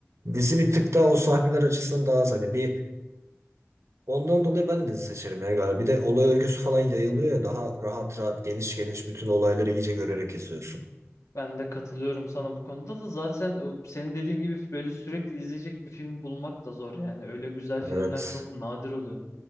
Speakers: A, on the right; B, on the left.
A: Dizi bir tık daha o sahneler açısından daha az hani bir Ondan dolayı ben de dizi seçerim ya galiba. Bir de olay örgüsü falan yayılıyor ya daha rahat rahat geniş geniş bütün olayları iyice görerek izliyorsun.
B: Ben de katılıyorum sana bu konuda da zaten o senin dediğin gibi böyle sürekli izleyecek bir film bulmak da zor yani. Öyle güzel
A: Evet,
B: filmler çok nadir oluyor.